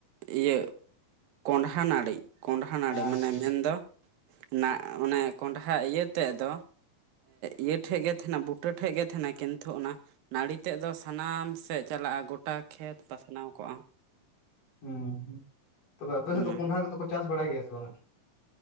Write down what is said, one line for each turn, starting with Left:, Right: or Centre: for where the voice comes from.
Right: ᱤᱭᱟᱹ ᱠᱚᱸᱰᱷᱟ ᱱᱟᱹᱲᱤ ᱠᱚᱸᱰᱷᱟ ᱱᱟᱹᱲᱤ
Left: ᱟᱪᱪᱷᱟ
Right: ᱢᱟᱱᱮ ᱢᱮᱱ ᱫᱚ ᱱᱟ ᱚᱱᱮ ᱠᱚᱸᱰᱦᱷᱟ ᱤᱭᱟᱹ ᱛᱮᱫ ᱫᱚ ᱤᱭᱟᱹ ᱴᱷᱮᱡ ᱜᱮ ᱛᱟᱦᱮᱱᱟ ᱵᱩᱴᱟᱹ ᱴᱷᱮᱡ ᱜᱮ ᱛᱟᱦᱮᱱᱟ ᱠᱤᱱᱛᱩ ᱚᱱᱟ ᱱᱟᱹᱲᱤ ᱛᱮᱫ ᱫᱚ ᱥᱟᱱᱟᱢ ᱥᱮᱫ ᱪᱟᱞᱟᱜ-ᱟ ᱜᱚᱴᱟ ᱠᱷᱮᱛ ᱯᱟᱥᱱᱟᱣ ᱠᱚᱜ-ᱟ
Left: ᱦᱩᱸ ᱛᱚᱵᱮ ᱟᱯᱮ
Right: ᱚᱱᱟᱜᱮ
Left: ᱥᱮᱫ ᱫᱚ ᱠᱚᱸᱰᱷᱟ ᱠᱚᱫᱚ ᱠᱚ ᱪᱟᱥ ᱵᱟᱲᱟᱭ ᱜᱮᱭᱟ ᱥᱮ ᱵᱟᱝ